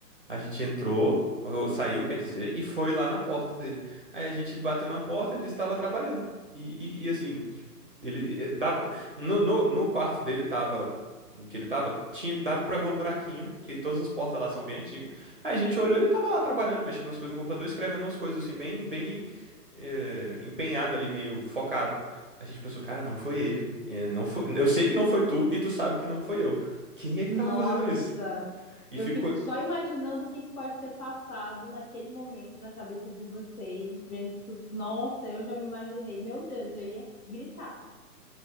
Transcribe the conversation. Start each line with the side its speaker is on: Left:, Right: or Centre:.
Right: A gente entrou, ou saiu, quer dizer, e foi lá na porta dele. Aí a gente bateu na porta, ele disse que estava trabalhando. E, e- e, assim, tipo, ele eh, dava. No, no, no quarto dele tava. em Que ele tava, tinha, dava pra ver o buraquinho, que todas as portas lá são bem antigas. Aí a gente olhou, ele tava lá trabalhando, mexendo nas coisas no computador, escrevendo umas coisas assim, bem, bem eh, empenhado ali, meio focado. A gente pensou, cara, não foi ele. eh, não foi, eu sei que não foi tu, e tu sabe que não foi eu. Quem é que
Left: Nossa,
Right: tava fazendo isso? E
Left: eu
Right: ficou,
Left: fico só imaginando o que que pode ter passado naquele momento na cabeça de vocês, vendo tudo. Nossa, eu já me imaginei. Meu Deus, eu ia gritar.